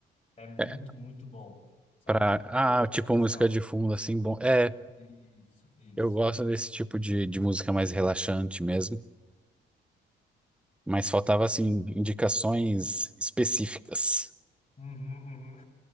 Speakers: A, on the left; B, in the centre.
A: é muito,
B: É,
A: muito bom, sabe?
B: pra... Ah,
A: Eu gosto
B: tipo
A: muito desse
B: música
A: álbum.
B: de fundo, assim, bom. É,
A: Isso, isso.
B: eu gosto desse tipo de, de música mais relaxante mesmo. Mas faltava, assim, indicações específicas.
A: Uhum, uhum.